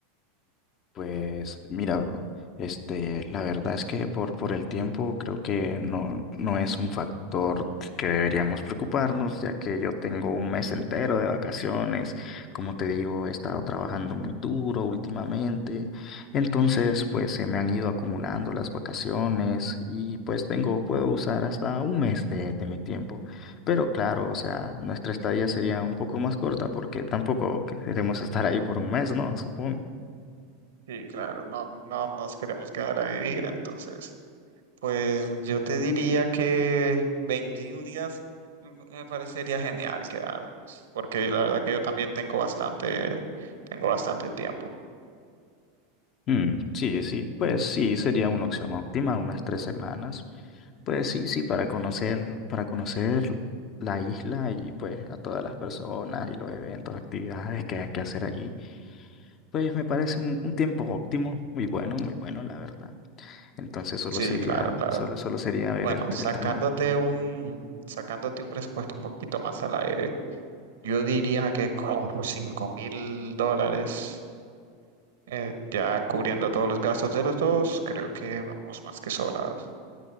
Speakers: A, on the left; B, on the right.
A: Pues mira, bro, este, la verdad es que por, por el tiempo creo que no, no es un factor que deberíamos preocuparnos, ya que yo tengo un mes entero de vacaciones, como te digo, he estado trabajando muy duro últimamente, entonces pues se me han ido acumulando las vacaciones y pues tengo, puedo usar hasta un mes de, de mi tiempo, pero claro, o sea, nuestra estadía sería un poco más corta porque tampoco queremos estar ahí por un mes, ¿no? Supongo.
B: Sí, claro, no, no nos queremos quedar a vivir, entonces Pues yo te diría que 21 días me me parecería genial quedarnos, porque la verdad que yo también tengo bastante, tengo bastante tiempo.
A: Mm, sí, sí, pues sí, sería una opción óptima, unas tres semanas. Pues sí, sí, para conocer, para conocer la isla y pues a todas las personas y los eventos, actividades que hay que hacer allí, pues me parece un, un tiempo óptimo, muy bueno, muy bueno, la verdad. Entonces solo
B: Sí,
A: sería,
B: claro, claro.
A: solo, solo sería ver
B: Bueno,
A: el,
B: sacándote
A: el tema.
B: un, sacándote un presupuesto un poquito más al aire, yo diría que con cinco mil dólares, eh, ya cubriendo todos los gastos de los dos, creo que vamos más que sobrados.